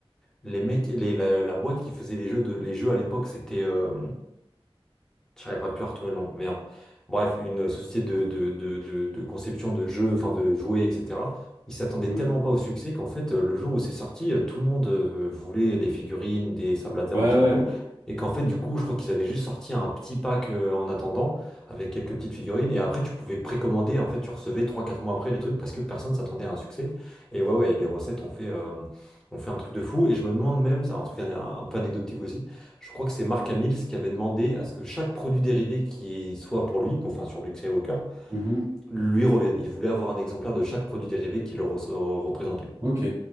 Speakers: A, in the centre; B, on the right.
A: les mecs, les- la, la boîte qui faisait les jeux, de, les jeux à l'époque, c'était. euh, J'arriverai plus à retrouver le nom, merde. Bref, une société de, de, de, de, de conception de jeux, enfin de jouets, etc. Ils s'attendaient
B: Mhm.
A: tellement pas au succès qu'en fait, euh, le jour où c'est sorti, euh, tout le monde euh, voulait des figurines, des sables laser,
B: Ouais,
A: machin
B: ouais.
A: et tout. Et qu'en fait, du coup, je crois qu'ils avaient juste sorti un petit pack euh, en attendant, avec quelques petites figurines. Et après, tu pouvais précommander. En fait, tu recevais trois quatre mois après les trucs parce que personne s'attendait à un succès. Et ouais, ouais, et les recettes ont fait, euh, ont fait un truc de fou. Et je me demande même, c'est un truc un un peu anecdotique aussi. Je crois que c'est Mark Hamill qui avait demandé à ce que chaque produit dérivé qui soit pour lui, donc, enfin sur Luke Skywalker,
B: Mhm.
A: lui revienne. Il voulait avoir un exemplaire de chaque produit dérivé qui le re- re- représentait.
B: Ok.